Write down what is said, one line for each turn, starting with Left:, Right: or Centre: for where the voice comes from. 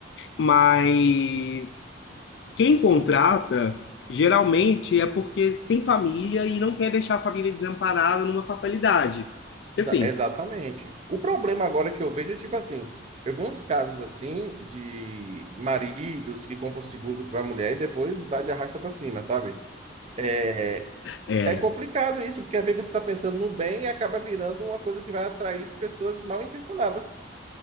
Left: Mas quem contrata geralmente é porque tem família e não quer deixar a família desamparada numa fatalidade. Porque
Right: exa-
Left: assim,
Right: exatamente. O problema agora que eu vejo é tipo assim: eu vi uns casos assim de maridos que compram seguro para a mulher e depois vai de arrasta para cima, sabe? É,
Left: é,
Right: é complicado isso, porque às vezes você está pensando no bem e acaba virando uma coisa que vai atrair pessoas mal intencionadas.